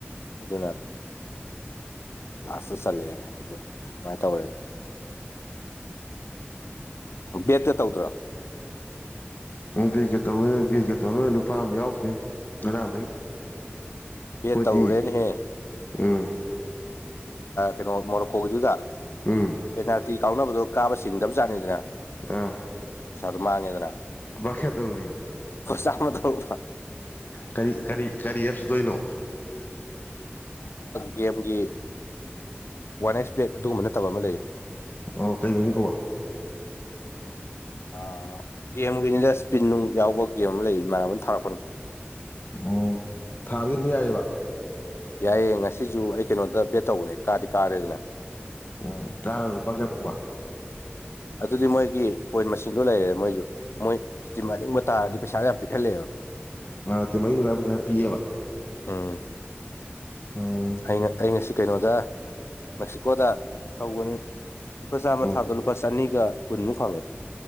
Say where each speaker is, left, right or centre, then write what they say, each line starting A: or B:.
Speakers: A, on the left (about 75°); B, on the left (about 45°).
A: ꯑꯗꯨꯅ ꯂꯥꯁꯇ ꯆꯠꯂꯛꯑꯦꯔ ꯑꯗꯨꯒ ꯁꯨꯃꯥꯏꯅ ꯇꯧꯋꯦ <unintelligible> ꯕꯦꯛꯇ ꯇꯧꯗ꯭ꯔꯣ
B: ꯕꯦꯁꯀꯦꯠ ꯇꯧ ꯕꯦꯀꯦꯠ ꯇꯧꯔꯣꯏ ꯂꯨꯄꯥ ꯑꯃ ꯌꯥꯎꯗ꯭ꯔꯤ ꯉꯔꯥꯡꯗꯒꯤ
A: ꯕꯦꯠ
B: ꯍꯗꯤ
A: ꯇꯧꯔꯨꯔꯦꯅꯦꯍꯦ
B: ꯎꯝ
A: ꯀꯩꯅꯣ ꯃꯣꯔꯣꯀꯣꯒꯤꯗꯨꯗ
B: ꯎꯝ
A: ꯄꯦꯅꯥꯜꯇꯤ ꯀꯥꯎꯅꯕꯗꯣ ꯀꯥꯕ ꯆꯤꯡꯗꯕꯖꯥꯠꯅꯤꯗꯅ
B: ꯑ
A: ꯁ ꯑꯗꯨ ꯃꯥꯡꯉꯦꯗꯅ
B: ꯨꯡꯃ ꯀ ꯈꯦꯗꯧꯔꯤꯕꯕ
A: ꯄꯁꯥꯃꯗꯧ
B: ꯀꯔꯤ ꯀꯔꯤ ꯀꯔꯤ ꯑꯦꯞꯁ ꯆꯠꯇꯣꯏꯅꯣ
A: ꯒꯦꯝꯒꯤ ꯋꯥꯟ ꯑꯦꯛꯁ ꯕꯦꯠ ꯑꯗꯨꯒꯨꯝꯕ ꯅꯠꯇꯕ ꯑꯃ ꯂꯩ
B: ꯑꯣ ꯀꯩ ꯃꯃꯤꯡ ꯀꯧꯕꯥ
A: ꯑ ꯒꯦꯝꯒꯤꯅꯤꯗ ꯏꯁꯄꯤꯟ ꯅꯨꯡ ꯌꯥꯎꯕ ꯒꯦꯝ ꯑꯃ ꯂꯩ ꯃꯥꯟꯅꯕꯅꯥ ꯊꯥꯔꯛꯄꯅꯤ
B: ꯑꯣ ꯊꯥꯕꯤꯔꯝ ꯌꯥꯏꯑꯕ
A: ꯌꯥꯏꯌꯦ ꯉꯁꯤꯁꯨ ꯑꯩ ꯀꯩꯅꯣꯗ ꯕꯦꯠ ꯇꯧꯕꯅꯦ ꯀꯥꯗꯤ ꯀꯥꯔꯦꯗꯅꯥ
B: ꯎꯝ ꯀꯥꯔꯨꯄꯥ ꯀꯌꯥ ꯐꯪꯕ
A: ꯑꯗꯨꯗꯤ ꯃꯣꯏꯒꯤ ꯄꯣꯏꯟ ꯃꯁꯤꯡꯗꯣ ꯂꯩꯔꯦ ꯃꯣꯏꯁꯨ ꯃꯣꯏ ꯏꯁ ꯑꯔꯤꯛꯕ ꯇꯔꯗꯤ ꯄꯁꯥ ꯌꯥꯝ ꯄꯤꯛꯍꯂꯦꯕ
B: ꯉꯥ ꯅꯠꯇꯦ ꯃꯔꯤꯨꯋꯥꯏ ꯄꯩꯁꯥ ꯄꯤꯌꯦꯕ
A: ꯑꯥ
B: ꯎꯟ
A: ꯑꯩ ꯑꯩ ꯉꯁꯤ ꯀꯩꯅꯣꯗ ꯃꯦꯛꯁꯤꯀꯣꯗ ꯇꯧꯕꯅꯤ ꯂꯨꯄꯥ ꯆꯥꯝꯃ
B: ꯑꯣ
A: ꯊꯥꯕꯗꯥ ꯂꯨꯄꯥ ꯆꯅꯤꯒ ꯀꯨꯟꯃꯨꯛ ꯐꯪꯉꯦ